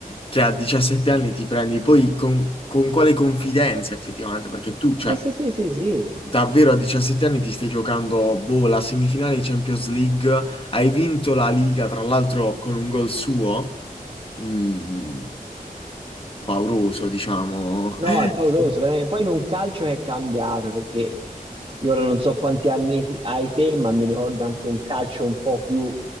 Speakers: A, on the left; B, on the right.
A: che a 17 anni ti prendi, poi con, con quale confidenza effettivamente, perché tu, cioè,
B: Sì, sì, sì, sì, sì.
A: Davvero a 17 anni ti stai giocando, boh, la semifinale di Champions League, hai vinto la Liga, tra l'altro con un gol suo, mm, pauroso, diciamo.
B: No,
A: <laughs>
B: è pauroso, veramente. Poi in un calcio che è cambiato, perché Io ora non so quanti anni t- hai te, ma mi ricordo anche un calcio un po' più